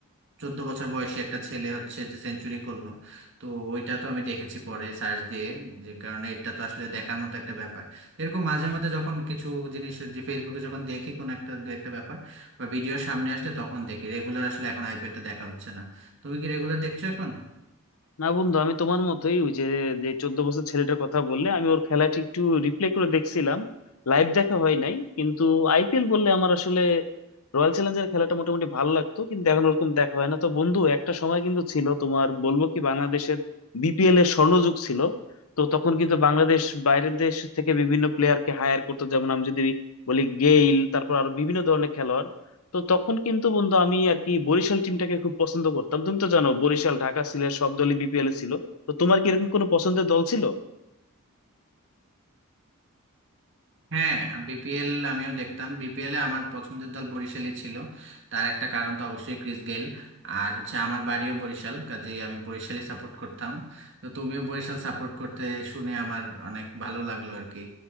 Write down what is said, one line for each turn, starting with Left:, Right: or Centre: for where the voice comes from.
Right: চোদ্দ বছর বয়সী একটা ছেলে হচ্ছে যে সেঞ্চুরি করলো তো ওইটা তো আমি দেখেছি পরে সার্চ দিয়ে যে কারণে এটা তো আসলে দেখার মতো একটা ব্যাপার তো এরকম মাঝে মধ্যে যখন কিছু জিনিস যে ফেসবুকে যখন দেখি কোন একটা দু একটা ব্যাপার বা ভিডিওর সামনে আসলে তখন দেখি রেগুলার আসলে এখন আইপিএলটা দেখা হচ্ছে না তুমি কি রেগুলার দেখছো এখন
Left: না বন্ধু আমি তোমার মতোই ওই যে যে চোদ্দ বছর ছেলেটার কথা বললে আমি ওর খেলাটি একটু রিপ্লে করে দেখছিলাম লাইভ দেখা হয় নাই কিন্তু আইপিএল বললে আমার আসলে রয়্যাল চ্যালেঞ্জার্স খেলাটা মোটামুটি ভালো লাগতো কিন্তু এখন ওরকম দেখা হয় না তো বন্ধু একটা সময় কিন্তু ছিল তোমার বলবো কি বাংলাদেশের বিপিএল এর স্বর্ণযুগ ছিল তো তখন কিন্তু বাংলাদেশ বাইরের দেশ থেকে বিভিন্ন প্লেয়ারকে হায়ার করতো যেমন আমি যদি বলি গেইল তারপর আরো বিভিন্ন ধরনের খেলোয়াড় তো তখন কিন্তু বন্ধু আমি আর কি বরিশাল টিমটাকে খুব পছন্দ করতাম তুমি তো জানো বরিশাল ঢাকা সিলেট সব দলই বিপিএল এ ছিল তো তোমার কি এরকম কোনো পছন্দের দল ছিল
Right: হ্যাঁ বিপিএল আমিও দেখতাম বিপিএল এ আমার পছন্দের দল বরিশালই ছিল তার একটা কারণ তো অবশ্যই ক্রিস গেল আর হচ্ছে আমার বাড়িও বরিশাল কাজেই আমি বরিশালই সাপোর্ট করতাম তো তুমিও বরিশাল সাপোর্ট করতে শুনে আমার অনেক ভালো লাগলো আর কি